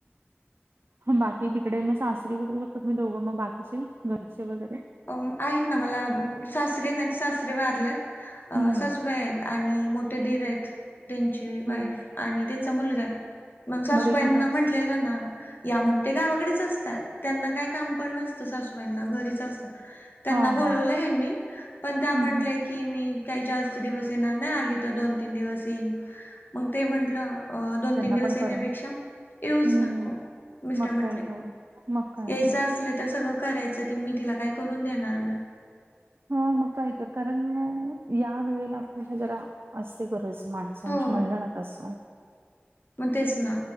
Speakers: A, on the right (about 60°); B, on the left (about 50°).
A: बाकी तिकडे मग सासरी वगैरे फक्त मी दोघं मग बाकीचे घरचे वगैरे-
B: अ आहेत ना मला सासरे नाही सासरे वारलेत अं
A: हं.
B: - सासुबाई आयेत आणि मोठे दीर आहेत त्यां- वाईफ
A: हं.
B: आणि त्यांचा मुलगा मग सासूबाईंना
A: ते कुठं अस
B: म्हटलेल ना, या म्हणते गावाकडेच असतात, त्यांना काही काम पण नसतं सासूबाईना घरीच असतं, त्यांना
A: हां,
B: बोलावल
A: हां.
B: हेनी पण त्या म्हणाल्या
A: हं, हं.
B: की, की मी काही जास्त दिवस येणार नाही, आली तर दोन तीन दिवस येईन. मग ते म्हंटलं अ दोन
A: त्यांना
B: तीन दिवस
A: पण
B: येण्यापेक्षा
A: करमत
B: येऊच
A: हं.
B: नको. मिस्टर
A: मग
B: म्हंटले
A: काय तर मग काय
B: यायचं
A: तर.
B: असले तर सगळं करायचं ते मी तिला काय करून देणार नाही.
A: ह मग काही तर कारण या वेळेला आपल्याला जरा असते गरज. माणसांची
B: हो
A: म्हणलंण तसं
B: मग तेच ना